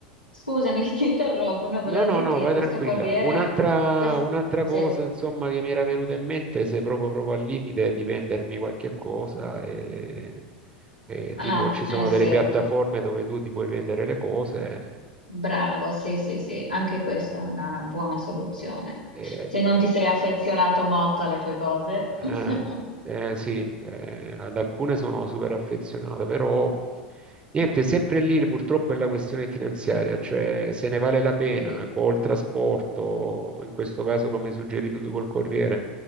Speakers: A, on the left; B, on the right.
A: scusami che ti interrompo, no, volevo
B: No, no,
A: dirti
B: no,
A: che
B: vai
A: questo
B: tranquilla.
A: corriere,
B: Un'altra
A: quest-
B: un'altra
A: sì,
B: cosa, insomma, che mi era venuta in mente, se proprio, proprio al limite di vendermi qualche cosa, e, e
A: ah,
B: tipo ci sono
A: eh, sì,
B: delle piattaforme dove tu ti puoi vendere le cose,
A: bravo, sì, sì, sì, anche questa è una buona soluzione.
B: e,
A: Se non
B: e-
A: ti sei affezionato molto alle tue cose,
B: Eh,
A: <laughs>
B: eh, sì, eh, ad alcune sono super affezionato, però niente, sempre lì purtroppo è la questione finanziaria, cioè se ne vale la pena
A: sì,
B: col trasporto, in questo caso come hai suggerito tu col Corriere,